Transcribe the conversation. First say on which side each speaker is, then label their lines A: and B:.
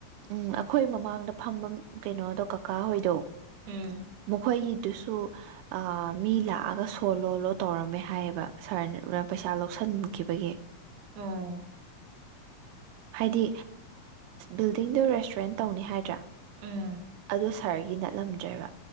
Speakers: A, on the right; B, on the right.
A: ꯎꯝ ꯑꯩꯈꯣꯏ ꯃꯃꯥꯡꯗ ꯐꯝꯕ ꯀꯩꯅꯣꯗꯣ ꯀꯀꯥ ꯍꯣꯏꯗꯣ
B: ꯎꯝ
A: ꯃꯈꯣꯏꯒꯤ ꯑꯗꯨꯁꯨ ꯃꯤ ꯂꯥꯛꯑꯒ ꯁꯣꯜꯂꯣꯜꯂꯣ ꯇꯧꯔꯝꯃꯦ ꯍꯥꯏꯌꯦꯕ ꯁꯥꯔꯅ ꯄꯩꯁꯥ ꯂꯧꯁꯤꯟꯈꯤꯕ ꯑꯩꯈꯣꯏꯒꯤ
B: ꯑ
A: ꯍꯥꯏꯗꯤ ꯕꯤꯜꯗꯤꯡꯗ ꯔꯦꯁꯇꯨꯔꯦꯟ ꯇꯧꯅꯤ ꯍꯥꯏꯗ꯭ꯔꯥ
B: ꯎꯝ
A: ꯑꯣ ꯁꯥꯔꯒꯤꯅ ꯂꯝꯖ꯭ꯔꯕ